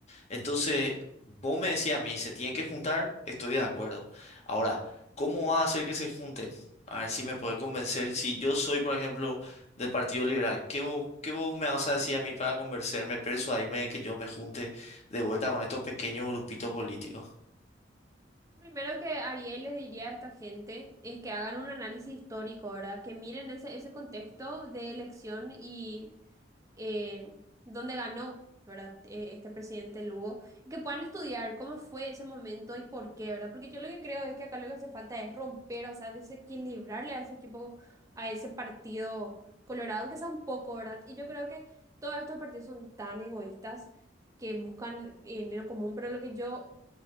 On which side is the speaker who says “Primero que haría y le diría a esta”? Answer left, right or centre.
Right